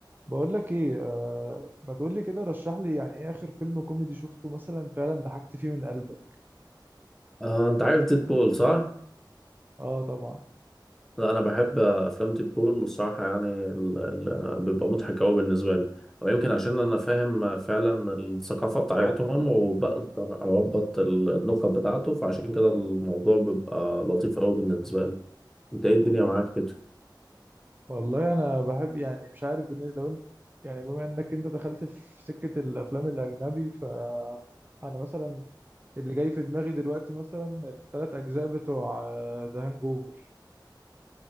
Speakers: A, on the right (about 25°); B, in the centre.
A: بقول لك ايه آه ما تقول لي كده رشح لي يعني ايه اخر فيلم كوميدي شفته مثلا فعلا ضحكت فيه من قلبك
B: آه، انت عارف ديد بول صح؟
A: اه طبعا
B: لا انا بحب آه، افلام ديد بول الصراحه يعني ال... ال... بيبقى مضحك قوي بالنسبه لي ويمكن عشان انا فاهم آه، فعلا الثقافه بتاعتهم وبقدر اربط ال- النقط بتاعته فعشان كده الموضوع بيبقى لطيف قوي بالنسبه لي انت ايه
A: مم.
B: الدنيا معاك كده
A: والله انا بحب يعني مش عارف بالن- لو انت يعني بما انك انت دخلت في سكة الافلام الاجنبي ف انا مثلا اللي جاي في دماغي دلوقتي مثلا الثلاث اجزاء بتوع ذا هانج اوفر